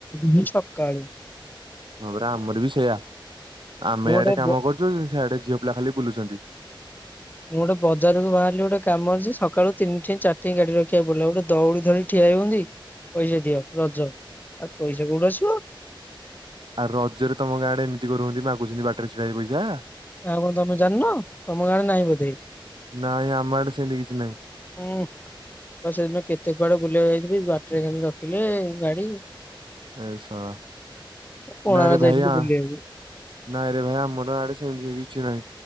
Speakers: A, on the left; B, on the right.
A: <inaudible> ସକାଳ।
B: ହଁ ପରା ଆମର ବି ସେଇଆ ଆମେ
A: ଗୋଟେ
B: ଏୟାଡେ କାମ
A: ବ
B: କରୁଛୁ ସେଆଡେ ଝିଅ ପିଲା ଖାଲି ବୁଲୁଛନ୍ତି।
A: ମୁଁ ଗୋଟେ ବଜାରକୁ ବାହାରିଲି ଗୋଟେ କାମ ଅଛି ସକାଳୁ ତିନିଠ ଚାରି ଗାଡି ରଖିବାକୁ ପଡିଲ ଗୋଟେ ଦଉଡି ଧରି ଠିଆ ହଉନ୍ତି। ପଇସା ଦିଅ ରଜ ଆଉ ପଇସା କୋଉଠି ଆସିବ।
B: ଆଉ ରଜରେ ତମ ଗାଁଡେ ଏମିତିକରୁନ୍ତି ମାଗୁଛନ୍ତି ବାଟରୀ ଛିଡା ହେଇ ପଇସା?
A: ଆଉ କଣ ତମେ ଜାଣିନ ତମ ଗାଁ ରେ ନାହିଁ ବୋଧେ?
B: ନାଇଁ ନାଇଁ ଆମ ଆଡେ ସେମିତି କିଛି ନାହିଁ।
A: ହୁଁ। ଆ ସେଦିନ କେତେ କୁଆଡେ ବୁଲିବାକୁ ଯାଇଥିଲି ବାଟରେ ଖାଲି ରଖିଲେ ଗାଡି।
B: ଏ ଶଳା।
A: କୋଣାର୍କ
B: ନାଇଁରେ ଭାଇ
A: ଯାଇଥିଲି
B: ଆ
A: ବୁଲିବାକୁ।
B: ନାଇଁରେ ଭାଇ ଆମର ଆଡେ ସେମିତି କିଛି ନାହିଁ